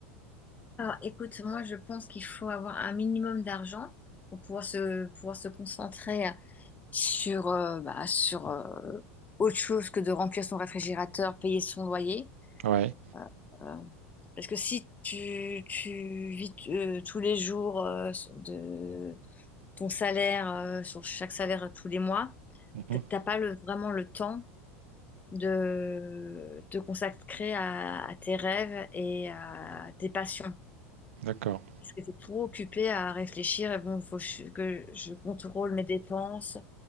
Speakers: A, on the left; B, on the right.
A: Alors, écoute, moi, je pense qu'il faut avoir un minimum d'argent pour pouvoir se, pouvoir se concentrer sur, euh, bah, sur euh, autre chose que de remplir son réfrigérateur, payer son loyer.
B: Ouais.
A: Euh, euh, parce que si tu, tu vis euh, tous les jours euh, de ton salaire, euh, sur chaque salaire euh, tous les mois,
B: Mhm.
A: t- t'as pas le, vraiment le temps de te consacrer à, à tes rêves et à tes passions.
B: D'accord,
A: Parce que t'es trop occupé à réfléchir, et bon, faut que je que je contrôle mes dépenses.